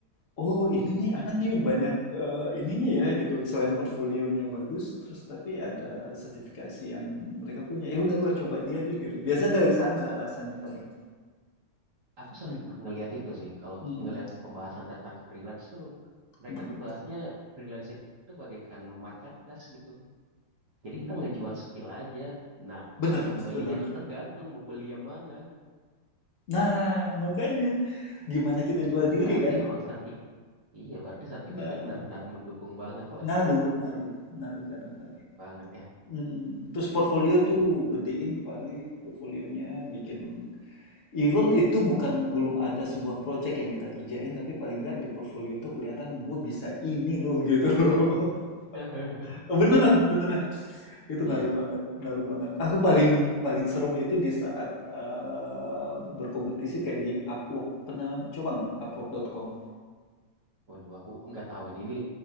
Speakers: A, on the left (about 55°); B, on the right (about 55°).
A: oh ini nih anak nih banyak eh, ininya ya gitu, selain portfolionya bagus, terus tapi ada sertifikasi yang mereka punya. Ya udah gua coba dia deh gitu. Biasa dari sana alasannya, Fahri.
B: aku sering
A: Hmm,
B: ngelihat itu sih, kalau
A: hmm,
B: ngelihat pembahasan tentang freelance tuh, mereka
A: hmm,
B: tuh bahasnya freelance itu bagaikan marketplace gitu. Jadi
A: hmm.
B: kita ngejual skill aja. Nah,
A: Bener,
B: pembelinya
A: bener.
B: tuh tergantung mau beli yang mana.
A: Nah, makanya
B: Nah, itu.
A: gimana kita jual
B: Mak-
A: diri
B: berarti
A: kan?
B: memang sertif. Iya, berarti sertifikat
A: Nah,
B: benar-benar mendukung banget lah
A: ngaruh,
B: ya.
A: ngaruh, ngaruh kadang kali.
B: Banget ya.
A: Mm, Terus portfolio tuh gedein paling portfolionya bikin even itu bukan belum ada sebuah project yang kita kerjain tapi paling nggak di portfolio tuh kelihatan gue bisa ini loh gitu loh.
B: <laughs>
A: <laughs> Beneran, beneran. Itu
B: Iya.
A: ngaruh banget, ngaruh banget. Aku paling paling serem itu di saat eh, berkompetisi kayak di Upwork. Pernah coba nggak Upwork.com?
B: Waduh, aku nggak tahu ini. Ini